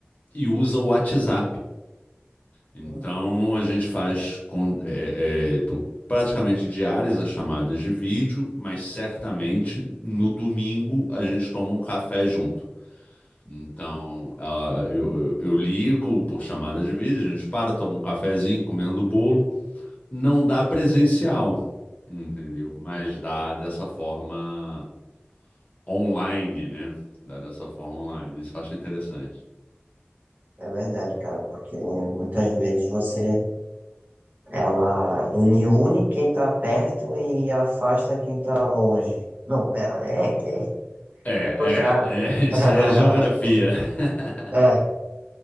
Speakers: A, on the left; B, on the right.
A: e usa o WhatsApp. Então
B: É.
A: a gente faz com- é, é, praticamente diárias as chamadas de vídeo, mas certamente no domingo a gente toma um café junto. Então ela- eu, eu- eu ligo por chamada de vídeo, a gente para, toma um cafezinho, comendo bolo. Não dá presencial, entendeu? Mas dá dessa forma online, né? Dá dessa forma online. Isso eu acho interessante.
B: É verdade, cara, porque muitas vezes você Ela une quem tá perto e afasta quem tá longe. Não, pera, é que é
A: É,
B: o contrário.
A: é, é, <laughs> isso
B: <laughs>
A: aí é geografia. <laughs>
B: É,